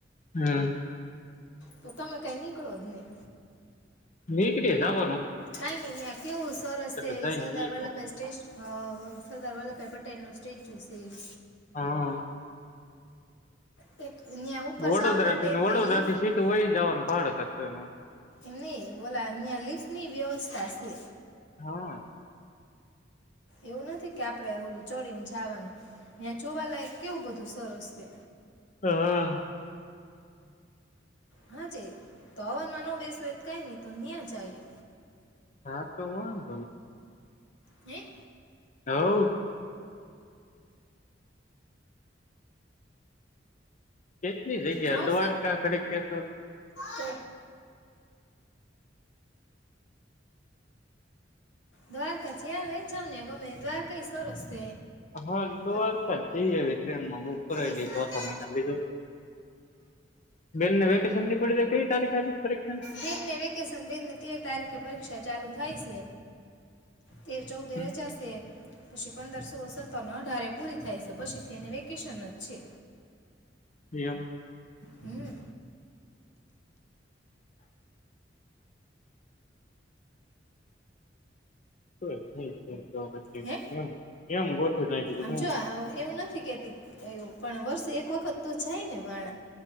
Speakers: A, on the left; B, on the left.
A: હમ.
B: તો, તમે કઈ નીકળો જ ની
A: મેકડે જાવ
B: કાઈ, નઈ યા કેવું સરસે
A: તો
B: એ
A: જઈને
B: સરદાર
A: વઈ
B: વલ્લભાઈ સસ્ટેસ અ સરદાર વલ્લભભાઈ પટેલનું સ્ટેજ છે ઈ
A: હા
B: એક ન્યા ઉપર
A: વડોદરા
B: જવા માટે
A: થી ને વડોદરા
B: તે લિફ્ટ
A: થી સીધું વહી જવાનું ભાડા કર ત માં
B: નહી, બોલા અહ્યા લિફ્ટની વ્યવસ્થા છે.
A: હા.
B: એવું નથી કે આપડે ઓલું ચડીને જાવાનું ન્યાં જોવાલાયક કેવું બધું સરસ છે.
A: હા.
B: હા છે તોવાન માન બેસું કઈ નહી તો ન્યા જાય
A: હા તો હો દ
B: હે
A: હવ કેટલી જગ્યા
B: હે આવશે
A: દ્વારકા <unintelligible>
B: તો દ્વારકા છે લયજાવ ને ગમે દ્વારકાઈ સરસ છે.
A: હા, દ્વારકા
B: તમ-
A: જ જયે અવે, ટ્રેનમાં બુક કરાવી
B: એ-
A: દઈ ચોથા મહિના બીજું બેન ને વેકેશન ની પડી કઈ તારીખ આવી પરીક્ષા
B: બેનને વેકેશન બેનને તેર તારીખે પરીક્ષા ચાલુ થાય સે તેર ચૌદણે રજા
A: એમ
B: શે. પછી પંદર, સોળ, સત્તર ને અઢારે પૂરી થાય સે, પછીથી એને વેકેશન જ છે.
A: એમ.
B: હમ.
A: તોય <unintelligible> તો પછી
B: હે
A: એમ-એમ ગોઠવી નાયખુ તે
B: આમ
A: <unintelligible>
B: જો આ એવું નથી કહેતી એવું પણ વર્ષ એક વખત તો જાય ને માણ.